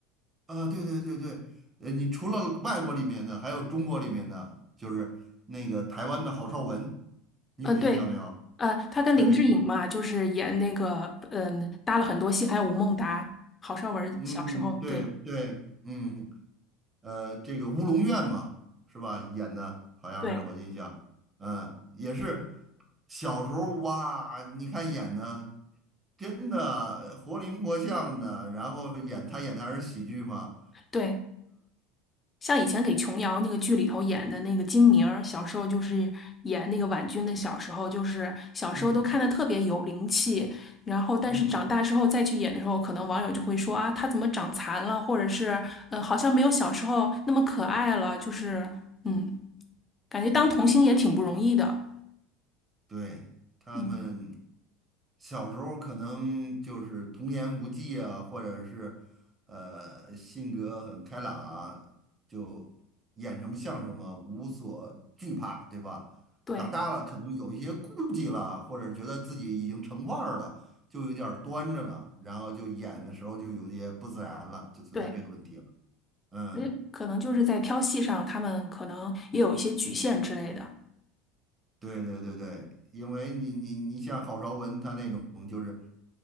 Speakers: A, on the right; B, on the left.
A: 啊，对对对对，呃，你除了外国里面的，还有中国里面的，就是那个台湾的郝邵文，你有印象没有？
B: 呃，对，呃，他跟林志颖嘛，
A: 对，
B: 就是演那个嗯、搭了很多戏，还有吴孟达、郝邵文小时候，
A: 嗯嗯，对对，
B: 对
A: 嗯，呃，这个《乌龙院》嘛，是吧？演的好像是我印象，
B: 对
A: 嗯，也是小时候哇，你看演的真的活灵活现的，然后演他演的还是喜剧嘛，
B: 对。像以前给琼瑶那个剧里头演的那个金明儿，小时候就是演那个婉君的小时候，就是小时候都看的特别有灵气，
A: 嗯
B: 然后但是长大之后再去演的时候，
A: 嗯，
B: 可能网友就会说啊，她怎么长残了，或者是呃，好像没有小时候那么可爱了，就是嗯，感觉当童星也挺不容易的，
A: 对他们。
B: 嗯，
A: 小时候可能就是童言无忌啊，或者是呃性格很开朗啊，就演什么像什么，无所惧怕，对吧？
B: 对
A: 长大了可能有一些顾忌了，或者觉得自己已经成腕儿了，就有点儿端着了，然后就演的时候就有些不自然了，就存在这个问题了。
B: 对，
A: 嗯
B: 而且可能就是在挑戏上，他们可能也有一些局限之类的，
A: 对对对对，因为你你你像郝邵文他那种，就是